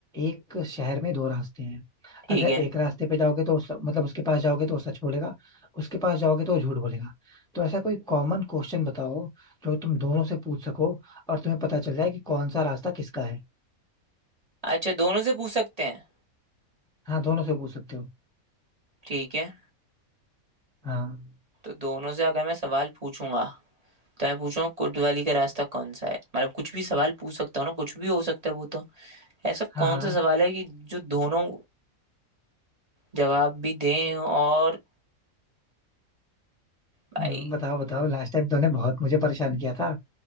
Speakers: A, in the centre; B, on the right.
A: एक शहर में दो रास्ते हैं
B: ठीक
A: अगर
B: है
A: एक रास्ते पे जाओगे तो उस, मतलब उसके पास जाओगे तो वो सच बोलेगा उसके पास जाओगे तो वो झूठ बोलेगा तो ऐसा कोई कॉमन क्वेश्चन बताओ जो तुम दोनों से पूछ सको और तुम्हें पता चल जाए कि कौन सा रास्ता किसका है
B: अच्छा दोनों से पूछ सकते हैं
A: हाँ दोनों से पूछ सकते हो
B: ठीक है
A: हाँ
B: तो दोनों से अगर मैं सवाल पूछूंगा तो मैं पूछूंगा कोतवाली का रास्ता कौन सा है मतलब कुछ भी सवाल पूछ सकता हूँ ना कुछ भी हो सकता है वो तो ऐसा
A: हाँ
B: कौन
A: हाँ
B: सा सवाल है कि जो दोनों जवाब भी दें और भाई
A: हम्म, बताओ बताओ लास्ट टाइम तुमने बहुत मुझे परेशान किया था